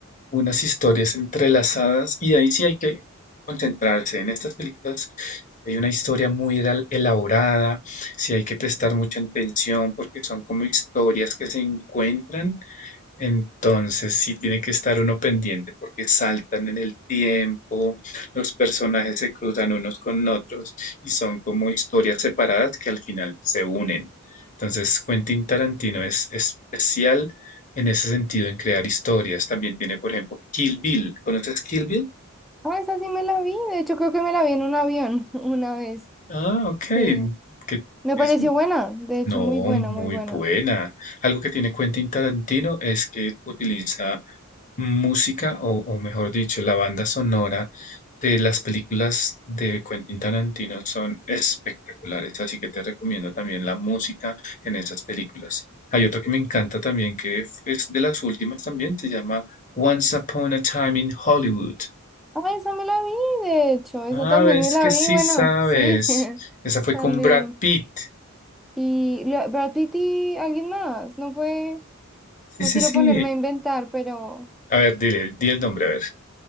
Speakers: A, on the left; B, in the centre.
A: unas historias entrelazadas y ahí sí hay que concentrarse. En estas películas sí hay una historia muy edal- elaborada, sí hay que prestar mucha atención porque son como historias que se encuentran entonces sí tiene que estar uno pendiente porque saltan en el tiempo, los personajes se cruzan unos con otros y son como historias separadas que al final se unen. Entonces Quentin Tarantino es especial en ese sentido en crear historias. También tiene, por ejemplo, Kill Bill. ¿Conoces Kill Bill?
B: Ah, esa sí me la vi, de hecho creo que me la vi en un avión <laughs> una vez.
A: Ah, ok.
B: Sí,
A: Que
B: me
A: es
B: pareció
A: un-
B: buena, de hecho
A: No,
B: muy buena,
A: muy
B: muy buena.
A: buena. Algo que tiene Quentin Tarantino es que utiliza música o, o mejor dicho, la banda sonora de las películas de Quentin Tarantino son espectaculares, así que te recomiendo también la música en esas películas. Hay otro que me encanta también, que f- es de las últimas también, se llama Once Upon a Time in Hollywood.
B: Ah, esa me la vi, de hecho, esa
A: Ah,
B: también
A: ves
B: me la
A: que sí
B: vi, bueno,
A: sabes.
B: sí, <laughs>
A: Esa fue
B: también.
A: con Brad Pitt.
B: Y Leo- Brad Pitt y alguien más, no fue,
A: Sí,
B: no
A: sí,
B: quiero
A: sí.
B: ponerme a inventar, pero
A: A ver, dile, di el nombre, a ver.